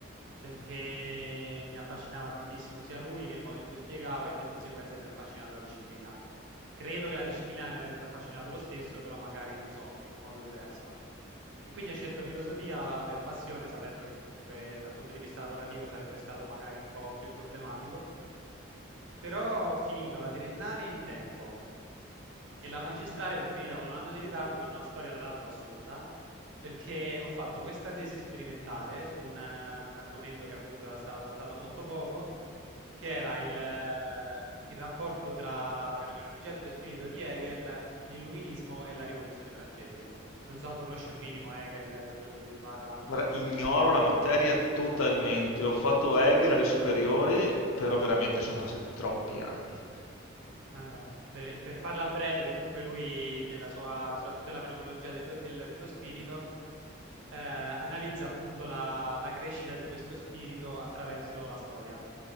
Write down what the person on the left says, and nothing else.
Guarda, ignoro la materia totalmente. Ho fatto Hegel alle superiori, però veramente sono passati troppi anni.